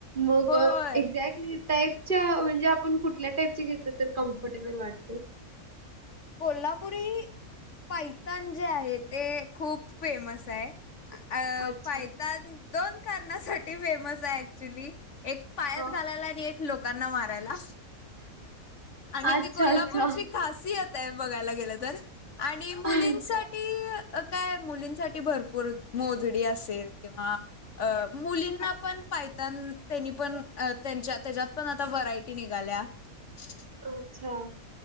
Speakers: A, on the right; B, on the left.
A: मग
B: होय होय
A: एक्झॅक्ट क टाईपच्या म्हणजे आपण कुठल्या टाईपच्या घेतलं तर कम्फर्टेबल वाटत?
B: कोल्हापुरी पैतान जे आहे ते खूप फेमस आहे. अ
A: अच्छा
B: पायतान दोन कारणासाठी फेमस आहे ऍक्च्युली एक पायात
A: हा
B: घालायला आणि एक लोकांना मारायला आणि
A: अच्छा
B: ती कोल्हापूरची
A: अच्छा
B: खासीयत आहे बघायला गेलं तर आणि मुलींसाठी
A: अच्छा
B: त काय मुलींसाठी भरपूर मोजडी असेल किंवा अ मुलींना पण पायतान त्यांनी पण त्यांच्या त्याच्यात पण आता व्हरायटी निघाल्या? हम्म
A: अच्छा!